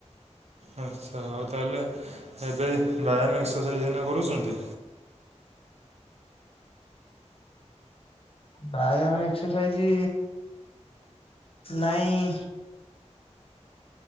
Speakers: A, on the right; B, on the left.
A: ଆଚ୍ଛା ହଉ ତାହେଲେ ଏବେ ବ୍ୟାୟାମ ଏକ୍ସରସାଇଜ୍ ଏଇନା କରୁଛନ୍ତି?
B: ଭାଇ ଆମେ ଏକ୍ସରସାଇଜ ନାଇଁ